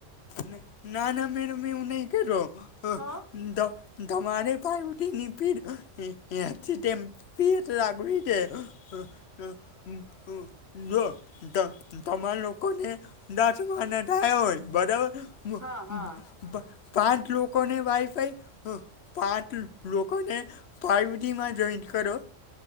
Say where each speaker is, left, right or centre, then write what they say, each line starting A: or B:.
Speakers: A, on the left; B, on the left.
A: ને ના ના મેડમ એવું નઈ કરો હ.
B: તો
A: ડો તમારે ફાઈવ ટી ની પીડ <unintelligible> <unintelligible> જો તમારા લોકોને <unintelligible> બરાબર <unintelligible>
B: હા હા
A: પાંચ લોકોને વાઈફાઈ હહ પાંચ લોકોને ફાઈવજીમાં જોઈન્ટ કરો.